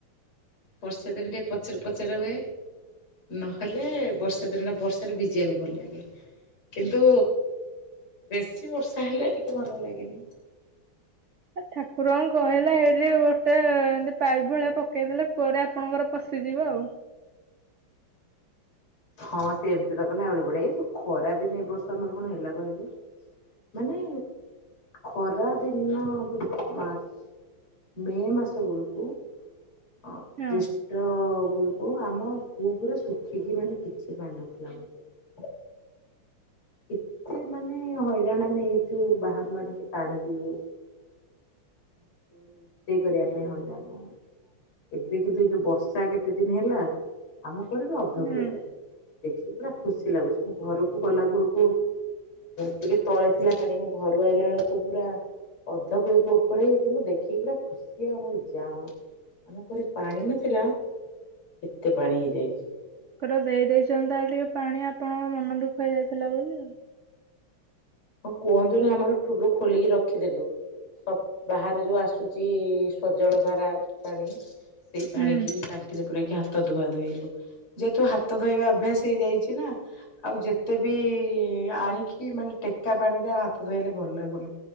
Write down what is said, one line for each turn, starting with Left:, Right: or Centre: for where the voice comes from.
Left: ବର୍ଷା ଦିନ ଟିକେ ପଚର ପଚରେ ହୁଏ ନହେଲେ ବର୍ଷା ଦିନ ଟା ବର୍ଷାରେ ଭିଜିବାକୁ ଭଲ ଲାଗେ କିନ୍ତୁ ବେଶୀ ବର୍ଷା ହେଲେ ଟିକେ ଭଲ ଲାଗେନି
Right: ଠାକୁରଙ୍କୁ କହିଲା ହେଇଠି ଗୋଟେ ଏତି ପାଇପ୍ ଭଳିଆ ପକେଇଦେଲେ କୂଅରେ ଆପଣଙ୍କର ପଶି ସି ଯିବ ଆଉ।
Left: ହଁ ସେ ଏମତି ତ କଲେ ଆହୁରି ବଢ଼ିଆ ଏଇ ଯୋଉ ଖରା ଦିନ ଏଇ ବର୍ଷ ଆମର କଣ ହେଲା କହିଲେ ମାନ ଖରା ଦିନ ବୋଧ ମାର୍ଚ୍ଚ ମେ ମାସ ବଳକୁ ଅ
Right: ହଁ
Left: ଜେଷ୍ଠ ଳକୁ ଆମ କୂଅ ପୁରା ଶୁଖିକି ମାନେ କିଛି ପାଣି ନଥିଲା ଆମ କୂଅ ଏତେ ମାନେ ହଇରାଣ ଆମେ ହେଇଛୁ ବାହାରୁ ଆଣିକି ପାଣି ପିଇବୁ ରୋ ରୋଷେଇ କରିବା ପାଇଁ ହଇରାଣ ଏବେ କିନ୍ତୁ ଏଇ ଯୋଉ ବର୍ଷା କେତେ ଦିନ ହେଲା ଆମକୁ କୂଅରେ ଏବେ ଅଧ
Right: ହୁଁ
Left: କୁଏ ପାଣି ଦେଖିକି ପୁରା ଖୁସି ଲାଗୁଛି ମୁଁ ଘରକୁ ଗଲା ବେଳ ଟିକେ ତଳେ ଥିଲା ପାଣି ମୁଁ ଘରୁ ଆଇଲା ବେଳକୁ ପୁରା ଅଧ କୋଇ ଉପରେ ହେଇ ମୁଁ ଦେଖିକି ପୁରା ଖୁସି ଆଉ ଯାହା ହଉ ଆମ ଘରେ ପାଣି ନଥିଲା କେତେ ପାଣି ହେଇଯାଇଛି
Right: ର ଦେଇ ଦେଇଚନ୍ତି ତାହେଲେ ଟିକେ ପାଣି ଆପଣଙ୍କ ମନ ଦୁଃଖ ହେଇଯାଇଥିଲା ବୋଲି ଆଉ।
Left: ହଁ କୁହନ୍ତୁନି, ଆମର ଟୁଲୁ ଖୋଲିକି ରଖିଦେଲୁ ସ ବାହାରେ ଯୋଉ ଆସୁଛି ସ୍ୱଜଳ ଧାରା ପାଣି ସେଇ
Right: ହୁଁ
Left: ପାଣି କି ଟାଙ୍କିରେ ପୁ ପୁରେଇ କିି ହାତ ଧୁଆ ଧୋଇଲୁ ଯେହେତୁ ହାତ ଧୋଇବା ଅଭ୍ୟାସ ହେଇଯାଇଛି ନା ଆଉ ଯେତେ ବି ଇ ଆଣିକି ମାନେ ଟେକା ପାଣିରେ ଆ ହାତ ଧୋଇହେଲେ ଭଲ ଲାଗୁନି।